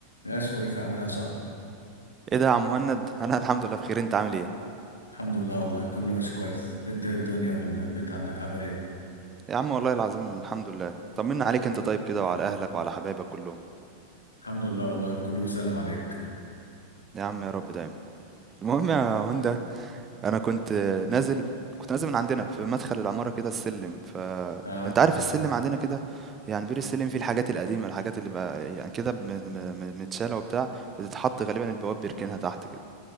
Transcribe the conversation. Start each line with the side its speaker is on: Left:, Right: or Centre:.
Left: يا شويف عامل ايه يا صاحبي
Right: ايه ده يا عم مهند انا <laughs> الحمد لله بخير انت عامل ايه
Left: الحمد لله والله كله ماشي كويس انت ايه الدنيا والبيت عندك عامل ايه
Right: يا عم والله العظيم الحمد لله طمنا عليك انت طيب كده وعلى اهلك وعلى حبايبك كلهم
Left: الحمد لله والله كله بيسلم عليك
Right: يا عم يا رب دايما المهم يا هندا انا كنت نازل كنت نازل من عندنا في مدخل العمارة كده السلم فانت
Left: اه
Right: عارف السلم عندنا كده يعني بير السلم فيه الحاجات القديمة الحاجات اللي بقى يعني كده م- م- م- متشالة وبتاع بتتحط غالبا البواب بيركنها تحت كده